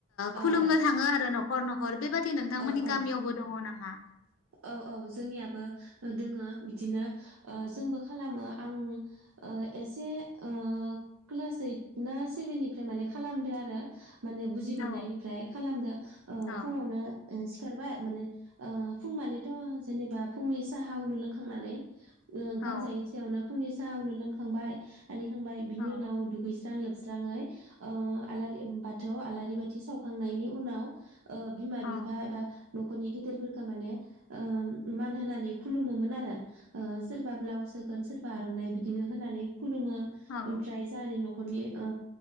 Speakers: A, on the right (about 80°); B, on the left (about 70°).
A: औ
B: खुलुमनो
A: औ
B: थाङो आरो न'खर न'खर बेबादि नोंथांमोननि
A: औ औ
B: गामियावबो दङ नामा?
A: औ औ जोंनियावबो दङ' बिदिनो ओ जोंबो खालामो। आं ओ एसे ओ क्लास ओइट ना सेभेननिफ्राय माने खालामदो आरो माने बु बजि मोननायनिफ्राय
B: औ
A: खालामदो ओ
B: औ
A: फुङावनो सिखारबाय माने ओ फुं मानेथ' जेनेबा फुंनि साहा लोंखांनानै ओ ओंखाम
B: औ
A: जायैसायावनो फुंनि साहा उनाव लोंखांबाय आरिखांबाय बिनि
B: औ
A: उनाव दुगैस्रां-लोब स्रायै ओ आलारि बाथौ आलारि बाथि सावखांनायनि उनाव ओ बिमा-बिफा
B: औ
A: एबा न'खरनि गिदिरफोरखौ माने ओ मान होनानै खुलुमोमोन आरो ओ सोरबा ब्लाउस हो गोन सोरबा आर'नाइ बिदिनो होनानै खुलुमो।
B: औ
A: ओमफ्राय जोंहानि न'खरनि ओ